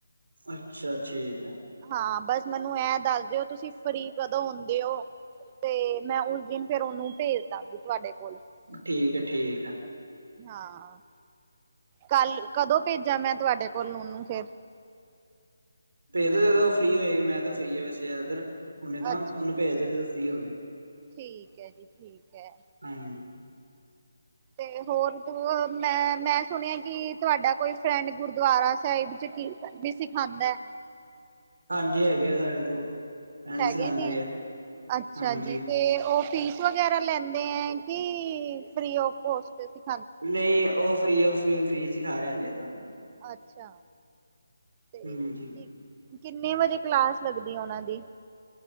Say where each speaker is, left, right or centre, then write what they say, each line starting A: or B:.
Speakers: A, on the right (about 75°); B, on the right (about 25°).
A: ਅੱਛਾ ਠੀਕ ਹੈ।
B: ਹਾਂ ਬੱਸ ਮੈਨੂੰ ਐ ਦੱਸ ਦਿਓ ਤੁਸੀਂ ਫਰੀ ਕਦੋਂ ਆਉਂਦੇ ਹੋ ਤੇ ਮੈਂ ਉਸ ਦਿਨ ਫੇਰ ਉਹਨੂੰ ਭੇਜ ਦਾਂਗੀ ਤੁਹਾਡੇ ਕੋਲ
A: ਠੀਕ ਹੈ ਠੀਕ ਆ
B: ਹਾਂ ਕੱਲ ਕਦੋਂ ਭੇਜਾਂ ਮੈਂ ਤੁਹਾਡੇ ਕੋਲ ਉਹਨੂੰ ਫੇਰ
A: ਭੇਜੋ ਜਦੋਂ ਉਹ ਫ੍ਰਰੀ ਹੋਏਗੀ ਮੈਂ ਤਾਂ ਫਰੀ ਆ ਵੈਸੇ ਜ਼ਿਆਦਾਤਰ ਹੁਣੇ ਤਾਂ
B: ਅੱਛਾ
A: ਉਹਨੂੰ ਭੇਜ ਦਿ ਜਦੋਂ ਫਰੀ ਹੋ ਗ
B: ਠੀਕ ਹੈ ਜੀ ਠੀਕ ਹੈ
A: ਮੈਂ
B: ਤੇ ਹੋਰ ਤੂੰ ਮੈਂ ਮੈਂ ਸੁਣਿਆ ਕਿ ਤੁਹਾਡਾ ਕੋਈ ਫਰੈਂਡ ਗੁਰਦੁਆਰਾ ਸਾਹਿਬ ਚ ਕੀ ਵੀ ਸਿਖਾਉਂਦਾ
A: ਹਾਂਜੀ ਹੈਗੇ ਆ ਸਾਡੇ ਤੋਂ ਫਰੈਂਡ
B: ਹੈਗੇ
A: ਸਿਖਾਉਂਦੇ
B: ਨੇ,
A: ਆ
B: ਅੱਛਾ
A: ਹਾਂਜੀ
B: ਜੀ ਤੇ ਉਹ ਫੀਸ ਵਗੈਰਾ ਲੈਂਦੇ ਦੇ ਕਿ ਫ੍ਰਰੀ ਔ ਕੋਸਟ ਦਿੰਦੇ
A: ਨਹੀ। ਉਹ ਫਰੀ ਉਸਨੂੰ ਫ੍ਰਰੀ ਸਿਖਾ ਰਿਹਾ। ਹੱਲੇ ਤਾਂ
B: ਅੱਛਾ। ਤੇ
A: ਹਾਂਜੀ
B: ਠੀਕ ਕਿੰਨੇ ਵਜੇ ਕਲਾਸ ਲੱਗਦੀ ਹੈ। ਉਹਨਾਂ ਦੀ?